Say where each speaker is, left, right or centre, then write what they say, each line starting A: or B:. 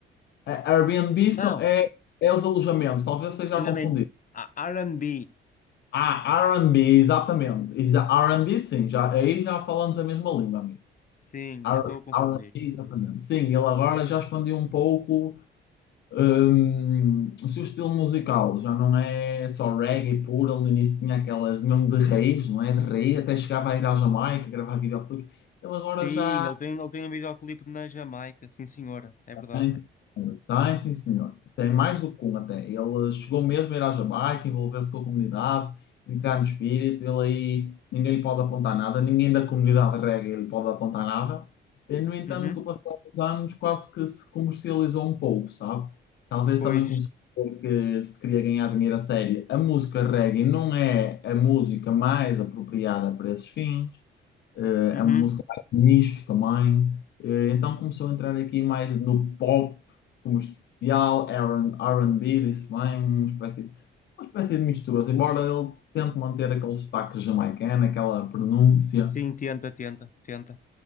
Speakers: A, on the left (about 60°); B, on the left (about 40°).
A: A Airbnb
B: Não,
A: são- é, é os alojamentos, talvez esteja
B: enganei.
A: a confundir.
B: Ah, R&B,
A: Ah, R&B, exatamente. E já- R&B, sim, já, aí já falamos a mesma língua, amigo.
B: sim,
A: R-
B: eu estou a confundir.
A: R&B, exatamente. Sim, ele agora já expandiu um pouco Hum, o seu estilo musical já não é só reggae puro, ele no início tinha aquelas nome de reis, não é? De rei, até chegava a ir à Jamaica gravar videoclipes. Ele agora
B: Sim,
A: já
B: ele tem, ele tem um videoclipe na Jamaica, sim senhora, é verdade.
A: tem, sim, senhora. Tem, sim, senhor. Tem mais do que um até. Ele chegou mesmo a ir à Jamaica, envolver-se com a comunidade, entrar no espírito. Ele aí, ninguém lhe pode apontar nada, ninguém da comunidade reggae lhe pode apontar nada. E, no entanto,
B: Uhum,
A: com o passar dos anos, quase que se comercializou um pouco, sabe? Talvez
B: pois,
A: também começou a ver que se queria ganhar dinheiro a sério. A música reggae não é a música mais apropriada para esses fins. Eh,
B: uhum,
A: é uma música mais de nicho também. Eh, então começou a entrar aqui mais no pop comercial, R&- R&B, disse bem, uma espécie, uma espécie de mistura. Assim, Embora ele tente manter aquele sotaque jamaicano, aquela pronúncia,
B: sim, tenta, tenta, tenta.